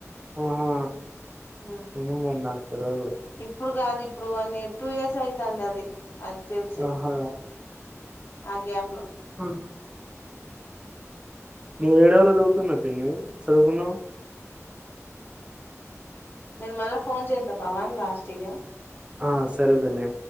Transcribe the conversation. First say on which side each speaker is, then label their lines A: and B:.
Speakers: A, on the right; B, on the left.
A: ఆహా
B: ఉమ్
A: ఇం మందతద అ
B: ఇప్పుడు కాది ఇప్పుడు వన్ ఇయర్ టూ ఇయర్స్ అయితుంది అది అది తెలిసి
A: ఆహా!
B: ఆ గ్యాప్ లో
A: ఆ నవ ఏడ వరు దవుతునత న సగకుణ
B: నేను మళ్ళా ఫోన్ చేసా పవన్ లాస్ట్ ఇయ
A: ఆ సరేదనేే